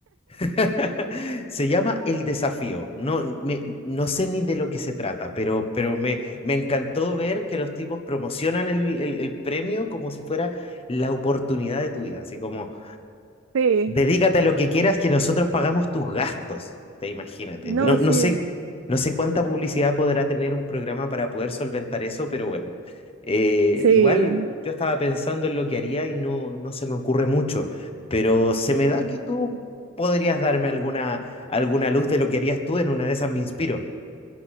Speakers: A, on the left; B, on the right.
A: <laughs> Se llama El Desafío. No, me- no sé ni de lo que se trata, pero, pero me, me encantó ver que los tipos promocionan el, el- el premio como si fuera la oportunidad de tu vida. Así como,
B: Sí,
A: Dedícate a lo que quieras que nosotros pagamos tus gastos. Te imagínate.
B: no,
A: No, no
B: sí,
A: sé, no sé cuánta publicidad podrá tener un programa para poder solventar eso, pero bueno. Eh,
B: sí.
A: igual yo estaba pensando en lo que haría y no, no se me ocurre mucho, pero se me da que tú podrías darme alguna, alguna luz de lo que harías tú en una de esas me inspiro.